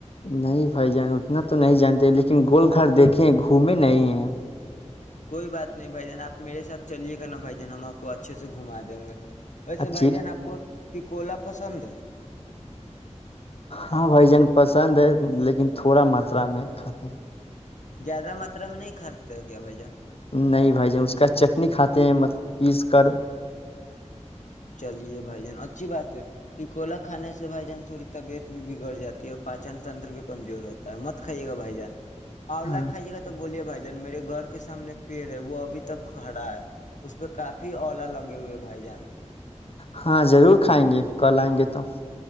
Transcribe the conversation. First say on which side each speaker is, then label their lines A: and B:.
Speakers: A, on the left; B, on the left.
A: نہیں بھائی جان اتنا تو نہیں جانتے لیکن گول گھر دیکھے گھومے نہیں ہیں۔
B: کوئی بات نہیں بھائی جان آپ میرے ساتھ چلیے گا نا بھائی جان ہم آپ کو اچھے سے گھما دیں گے۔ ویسے
A: اچھی
B: بھائی جان آپ کو تکولا پسندہیں۔
A: ہاں بھائی جان پسند ہے لیکن تھوڑا ماترا میں کھاتے ہیں۔
B: زیادہ ماترا میں نہیں کھاتے ہو کیا بھایی جان۔
A: نہیں بھائی جان اس کا چٹنی کھاتے ہیں مطلب پیس کر۔
B: چلیے بھائی جان اچھی بات ہے ٹکولا کھانے سے بھائی جان تھوڑی طبیعت بھی بگڑ جاتی ہے اور پاچن تنتر بھی کمزور ہوتا ہے مت کھائیے گا بھائی جان۔ آولہ
A: ہاں
B: کائیے گا تو بولیے بھائی۔ ادھر میرے گھر کے سامنے ایک پیڑ ہے وہ ابھی تک کھڑا ہے اس پہ کافی اولا لگے ہوئے ہے بھائی جان۔
A: ہاں ضرور کھائیں گے کل آئیں گے تو۔